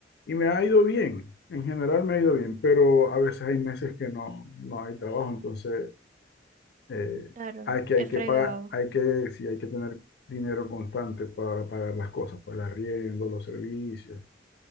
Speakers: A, on the left; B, on the right.
A: y me ha ido bien. En general me ha ido bien, pero a veces hay meses que no, no hay trabajo, entonces eh,
B: claro,
A: hay que, hay
B: he fregado.
A: que pagar, hay que, sí, hay que tener dinero constante para pagar las cosas, para el arriendo, los servicios.